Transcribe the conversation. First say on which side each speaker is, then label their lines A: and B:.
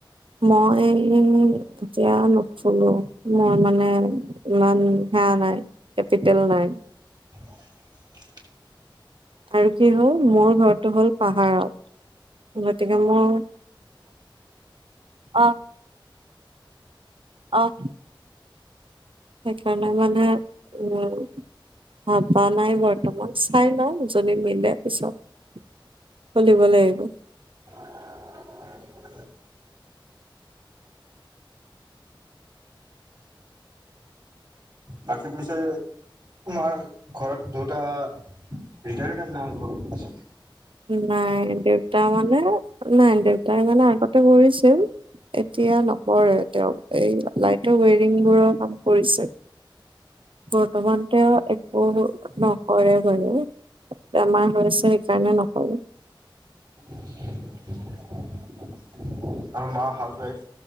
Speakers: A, on the right (about 80°); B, on the right (about 55°).
A: মই এতিয়া নুখোলো মই মানে ম ইমান হে নাই কেপিটেল নাই
B: <unintelligible>
A: আৰু কি হ'ল মোৰ ঘৰটো হ'ল পাহাৰত গতিকে মোৰ অ আহ সেইকাৰণে মানে উম ভবা নাই বৰ্তমান চাই ল যদি মিলে পিছত চলিব লাগিব।
B: <unintelligible> বাকী পিছে তোমাৰ ঘৰত দুটা ৰিটাৰমেণ্ট নক
A: নাই দেউতা মানে নাই দেউতাই মানে আগতে কৰিছিল এতিয়া নকৰে তেওঁ এই লাইটৰ ৱেৰিংবোৰৰ কাম কৰিছে। বৰ্তমানতে এক <inaudible> ন পৰে কৰে বেমাৰ হৈছে সেইকাৰণে নকৰে।
B: <unintelligible> আৰু মা হাউচ ৱাইফ।